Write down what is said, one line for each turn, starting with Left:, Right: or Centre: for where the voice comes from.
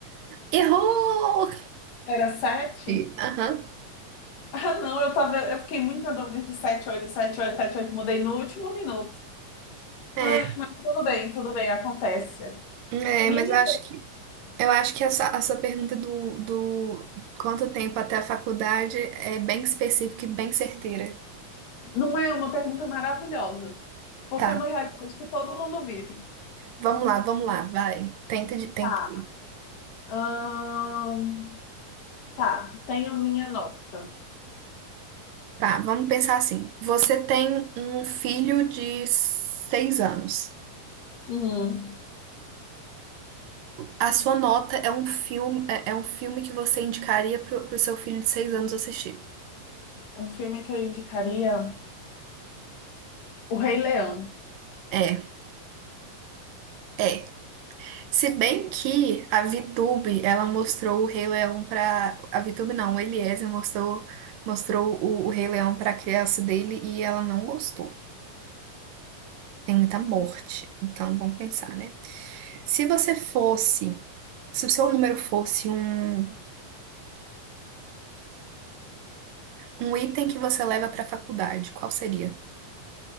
Right: Errou!
Left: Era sete?
Right: E- Aham.
Left: Ah, não, eu tava, eu fiquei muito na dúvida entre sete, e oito, sete, oito, sete, oito. Mudei no último minuto.
Right: É,
Left: Ah, mas tudo bem, tudo bem, acontece.
Right: é,
Left: Minha
Right: mas eu acho que eu acho que essa, essa pergunta do, do quanto tempo até a faculdade é bem específica e bem certeira.
Left: não é uma pergunta maravilhosa, porque
Right: Tá,
Left: é uma realidade que todo mundo vive.
Right: vamos lá, vamos lá, vai. Tenta de, tenta.
Left: Tá.
Right: de-
Left: Ahn, tá, tenho minha nota.
Right: Tá, vamos pensar assim. Você tem um filho de seis anos.
Left: Uhum.
Right: A Sua Nota é um filme, é é um filme que você indicaria pro, pro seu filho de seis anos assistir.
Left: Um filme que eu indicaria, O Rei Leão.
Right: É, é. Se bem que a VTube, ela mostrou o Rei Leão pra. A VTube não, o Eliezer mostrou, mostrou o, o Rei Leão pra criança dele e ela não gostou. Tem muita morte. Então vamos pensar, né? Se você fosse. Se o seu número fosse um, um item que você leva pra faculdade, qual seria?